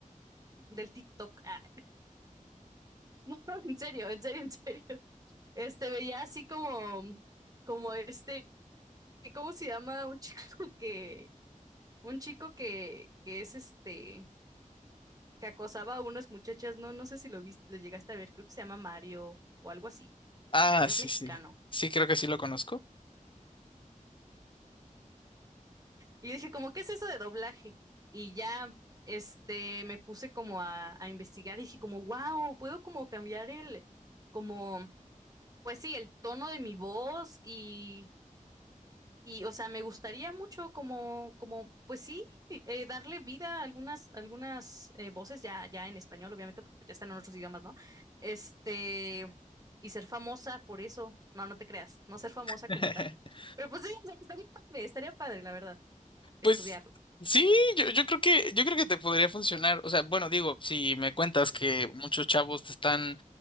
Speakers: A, on the right; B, on the left.
A: del TikTok. Ah, <laughs> no, en serio, en serio, en serio. Este veía así como, como este, ¿cómo se llama? Un chico <laughs> que, un chico que, que es este, que acosaba a unas muchachas, no, no sé si lo viste, lo llegaste a ver, creo que se llama Mario o algo así.
B: Ah,
A: Es
B: sí,
A: mexicano.
B: sí. Sí, creo que sí lo conozco.
A: Y yo dije, como, ¿qué es eso de doblaje? Y ya, este, me puse como a, a investigar y dije como, wow, puedo como cambiar el, como Pues sí, el tono de mi voz y, y o sea, me gustaría mucho como, como, pues sí, eh, darle vida a algunas, algunas eh, voces ya, ya en español, obviamente, porque ya están en otros idiomas, ¿no? Este, y ser famosa por eso. No, no te creas, no ser famosa
B: <laughs>
A: como tal. Pero pues sí, o sea, estaría padre, estaría padre, la verdad,
B: Pues
A: estudiarlo.
B: sí, yo, yo creo que yo creo que te podría funcionar. O sea, bueno, digo, si me cuentas que muchos chavos te están